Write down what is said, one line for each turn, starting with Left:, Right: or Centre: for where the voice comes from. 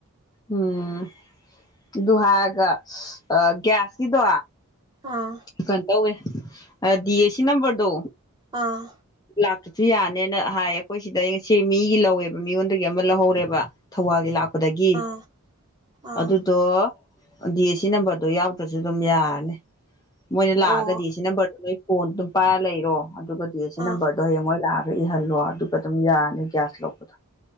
Left: ꯎꯝ ꯑꯗꯨ ꯍꯥꯏꯔꯒ ꯑ ꯒ꯭ꯌꯥꯁꯀꯤꯗꯣ
Right: ꯑꯥ
Left: ꯀꯥꯟꯗꯎꯦ ꯗꯤ ꯑꯦ ꯁꯤ ꯅꯝꯕꯝꯕꯔꯗꯣ
Right: ꯑꯥ
Left: ꯂꯥꯛꯄꯁꯨ ꯌꯥꯅꯦꯅ ꯍꯥꯏꯌꯦ ꯑꯩꯈꯣꯏ ꯁꯤꯗ ꯑꯩ ꯉꯁꯦ ꯃꯤꯒꯤ ꯂꯧꯋꯦꯕ ꯃꯤꯉꯣꯟꯗꯒꯤ ꯑꯃ ꯂꯧꯍꯧꯔꯦꯕ ꯊꯧꯕꯥꯜꯒꯤ ꯂꯥꯛꯄ ꯗꯒꯤ
Right: ꯑꯥ ꯑꯥ
Left: ꯑꯗꯨꯗꯣ ꯗꯤ ꯑꯦ ꯁꯤ ꯅꯝꯕꯔꯗꯣ ꯌꯥꯎꯗ꯭ꯔꯁꯨ ꯑꯗꯨꯝ ꯌꯥꯔꯅꯤ ꯃꯣꯏꯅ ꯂꯥꯛꯑꯒꯗꯤ
Right: ꯑꯣ
Left: ꯁꯤ ꯅꯝꯕꯔꯗꯣ ꯂꯣꯏ ꯀꯣꯟ ꯑꯗꯨꯝ ꯄꯥꯏꯔ ꯂꯩꯔꯣ ꯑꯗꯨꯒꯗꯤ ꯁꯤ ꯅꯝꯕꯔꯗꯣ
Right: ꯑꯥ
Left: ꯍꯌꯦꯡꯣꯏ ꯂꯥꯛꯑꯒ ꯏꯍꯜꯂꯣ ꯑꯗꯨꯒ ꯑꯗꯨꯝ ꯌꯥꯔꯅꯤ ꯒ꯭ꯌꯥꯁ ꯂꯧꯕꯗꯣ